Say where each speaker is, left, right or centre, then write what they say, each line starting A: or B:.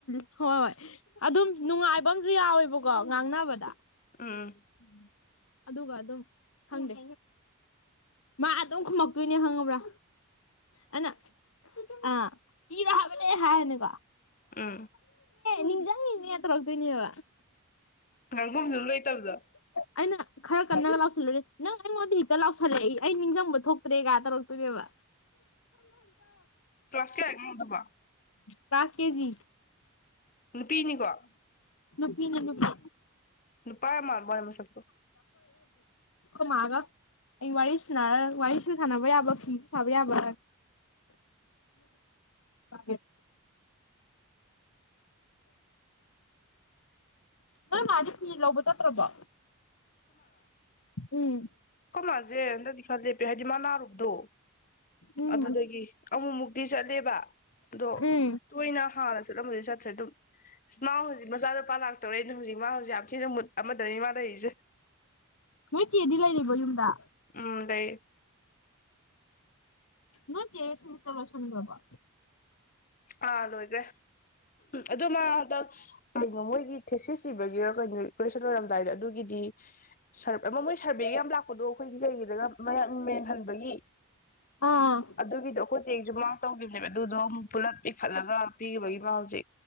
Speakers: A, on the left; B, on the left.
A: ꯍꯣꯏ ꯍꯣꯏ ꯑꯗꯨꯝ ꯅꯨꯡꯉꯥꯏꯕ ꯑꯝꯁꯨ ꯌꯥꯎꯋꯦꯕꯀꯣ ꯉꯥꯡꯅꯕꯗ
B: ꯎꯝ
A: ꯎꯝ ꯑꯗꯨꯒ ꯑꯗꯨꯝ ꯈꯪꯗꯦ ꯃꯥ ꯑꯗꯨꯝ ꯈꯨꯝꯃꯛꯇꯣꯏꯅꯦ ꯈꯪꯉꯕ꯭ꯔꯥ ꯑꯗꯨꯅ ꯑ ꯄꯤꯔꯣ ꯍꯥꯏꯕꯅꯦ ꯍꯥꯏꯔꯅꯤꯀꯣ
B: ꯑꯥ
A: ꯅꯤꯖꯥꯅꯤꯃꯤ ꯗꯣꯏꯅꯤ ꯋꯥ
B: ꯉꯐꯝꯁꯨ ꯂꯣꯏꯇꯕꯗ
A: ꯑꯩꯅ ꯈꯔ ꯀꯟꯅ ꯂꯥꯎꯁꯜꯂꯨꯔꯦ ꯅꯪ ꯑꯩꯉꯣꯟꯗ ꯍꯦꯛꯇ ꯂꯥꯎꯁꯜꯂꯛꯏ ꯑꯩ ꯅꯤꯡꯁꯤꯡꯕ ꯊꯣꯛꯇ꯭ꯔꯦ ꯀ ꯇꯧꯔꯛꯇꯣꯏꯅꯦꯕ
B: ꯥꯁꯀꯤꯗꯃ
A: ꯄꯥꯁ ꯀꯦꯖꯤ
B: ꯅꯨꯄꯤꯅꯤꯀꯣ
A: ꯅꯨꯠꯇ
B: ꯅꯨꯄꯥꯏ ꯑꯃꯥ ꯃꯣꯏ ꯃꯁꯣ
A: ꯥꯛꯑꯒ ꯑꯩ ꯋꯥꯔꯤ ꯁꯔ ꯋꯥꯔꯤꯁꯨ ꯁꯥꯟꯅꯕ ꯌꯥꯕ ꯐꯤꯁꯨ ꯁꯥꯕ ꯌꯥꯕ ꯍꯥꯏ ꯅꯣꯏ ꯃꯥꯗꯤ ꯐꯤ ꯂꯧꯕ ꯆꯠꯇ꯭ꯔꯕꯣ ꯎꯝ
B: ꯀꯃꯥꯁꯦ ꯍꯟꯗꯗꯤ ꯈꯜꯂꯦꯄꯦ ꯍꯥꯏꯗꯤ ꯃꯥ ꯅꯥꯔꯨꯕꯗꯣ
A: ꯎꯝ
B: ꯑꯗꯨꯗꯒꯤ ꯑꯃꯨꯛꯃꯨꯛꯇꯤ ꯆꯠꯂꯦꯕ ꯑꯗꯣ
A: ꯎꯝ
B: ꯇꯣꯏꯅ ꯍꯥꯟꯅ ꯆꯠꯂꯝꯕꯗꯤ ꯆꯦ ꯆꯠ ꯃꯥꯑꯣ ꯍꯧꯖꯤ ꯃꯁꯥꯗ ꯄꯅꯥꯛ ꯇꯧꯔꯛꯦꯅꯦ ꯍꯧꯖꯤꯛ ꯃꯥ ꯍꯧꯖꯤꯛ ꯌꯥꯝ ꯊꯤꯅ ꯃꯨꯠ ꯑꯃꯗꯅꯤ ꯃꯥꯥ ꯂꯩꯔꯤꯁꯦ
A: ꯃꯣꯏ ꯆꯦꯗꯤ ꯂꯩꯔꯕꯣ ꯌꯨꯝꯗ
B: ꯎ ꯂꯩ
A: ꯅꯣꯏꯠꯇ ꯁꯁꯇꯕꯁꯟꯗ꯭ꯔꯕ
B: ꯑꯥ ꯂꯣꯏꯒꯦ ꯑꯗꯨꯃ ꯍꯟꯗꯛ ꯀꯩꯣ ꯃꯣꯏꯒꯤ ꯊꯦꯁꯤꯁꯁꯤ ꯒꯤ ꯑꯃ ꯃꯣꯏ ꯁꯚꯦ ꯂꯄꯗꯣ ꯑꯩꯈꯣꯏꯒꯤ ꯀꯩꯒꯤꯗ ꯃꯌꯥꯝ ꯃꯦꯟꯍꯟꯕꯒꯤ
A: ꯑꯥ
B: ꯑꯗꯨꯒꯤꯗꯣ ꯑꯩꯈ ꯆꯦꯛꯁꯨ ꯃꯥꯡ ꯇꯧꯈꯤꯕꯅꯦꯕ ꯑꯗꯨꯗꯣ ꯑꯃꯨꯛ ꯄꯨꯂꯞ ꯄꯤꯈꯠꯂꯒ ꯄꯤꯈꯤꯕꯒꯤ ꯃꯎꯁꯦ